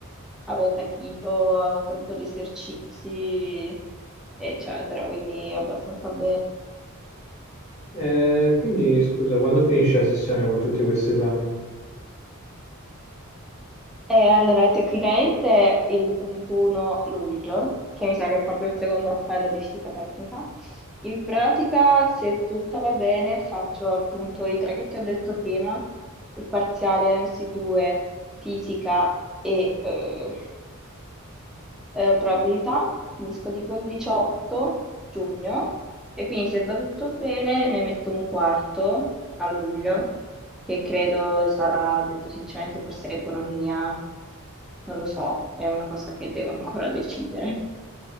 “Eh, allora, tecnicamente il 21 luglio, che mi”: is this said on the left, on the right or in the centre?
Centre